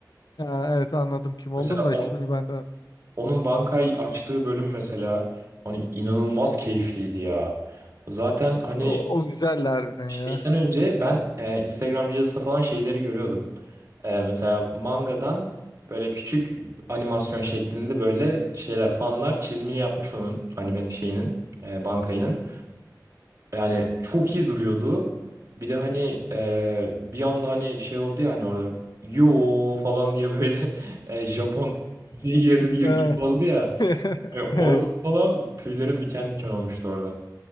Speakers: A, on the left; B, on the right.
A: ya evet anladım kim oldun
B: Mesela
A: da ismini ben de
B: Onun bankayı açtığı bölüm mesela hani inanılmaz keyifliydi ya. Zaten hani
A: O, o güzeldi harbiden
B: şeyden
A: ya.
B: önce ben e, Instagram Reels'ta falan şeyleri görüyordum. E, mesela mangadan böyle küçük animasyon şeklinde böyle şeyler fanlar çizimini yapmış onun anime şeyinin e, bankayının. Yani çok iyi duruyordu. Bir de hani e, bir anda hani şey oldu ya hani orada yo falan diye böyle <laughs> e, Japon diziye girdi
A: Evet.
B: gibi oldu ya.
A: <laughs>
B: E, Orası falan tüylerim diken diken olmuştu orada.